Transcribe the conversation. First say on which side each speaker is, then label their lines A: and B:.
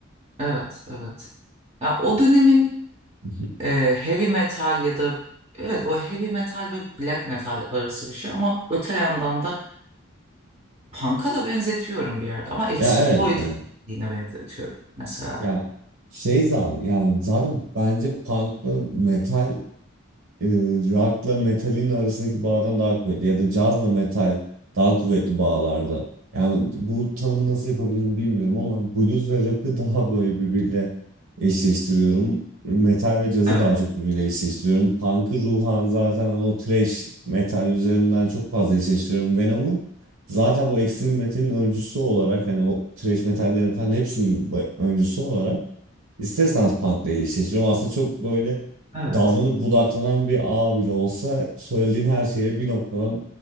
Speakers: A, on the right; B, on the right.
A: Evet, evet. Ya o dönemin
B: <laughs>
A: e, heavy metal ya da evet o heavy metal ve black metal arası bir şey ama öte yandan da punk'a da benzetiyorum bir yerde ama exploited
B: Ya evet, evet.
A: yine benzetiyorum mesela.
B: Ya şey zaten yani zaten bence punk'la metal e, rock'la metalin arasındaki bağdan daha kuvvetli ya da cazla metal daha kuvvetli bağlarda. Yani bu tanımı nasıl yapabilirim bilmiyorum ama blues ve rock'ı daha böyle birbiriyle eşleştiriyorum. Metal ve cazı
A: Evet.
B: daha çok birbiriyle eşleştiriyorum. Punk'ı ruhan zaten o thrash metal üzerinden çok fazla eşleştiriyorum. Venom'u zaten bu extreme metalin öncüsü olarak hani o thrash metallerin falan hepsinin bu- öncüsü olarak İsterseniz Punk'la eşleştiriyorum. Aslında çok böyle
A: Evet.
B: dallanıp budaklanan bir ağ bile olsa söylediğin her şeye bir noktadan